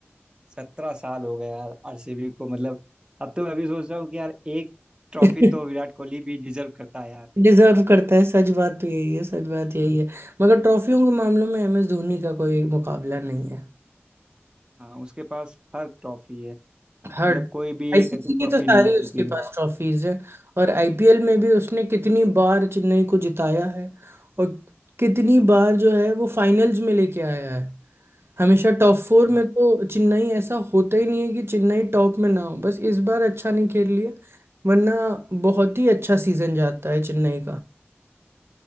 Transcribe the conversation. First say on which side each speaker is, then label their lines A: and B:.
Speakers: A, on the right; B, on the right.
A: सत्रह साल हो गए यार आरसीबी को मतलब अब तो मैं भी सोच रहा हूँ कि यार एक ट्रॉफी
B: <laughs>
A: तो विराट कोहली भी डिजर्व करता है यार
B: डिजर्व करता है सच बात तो यही है सच बात यही है मगर ट्रॉफियों के मामलों में एम एस धोनी का कोई मुकाबला नहीं है।
A: हाँ उसके पास हर ट्रॉफी है
B: हर
A: मतलब कोई भी
B: आईसीसी
A: एक ऐसी ट्रॉफी
B: की तो सारी
A: नहीं जीती
B: उसके
A: है
B: पास ट्रॉफीज है और आईपीएल में भी उसने कितनी बार चेन्नई को जिताया है और कितनी बार जो है वो फाइनल्स में लेके आया है हमेशा टॉप फोर
A: हाँ
B: में तो चेन्नई ऐसा होता ही नहीं है कि चेन्नई टॉप में ना हो बस इस बार अच्छा नहीं खेल लिया वरना बहुत ही अच्छा सीजन जाता है चेन्नई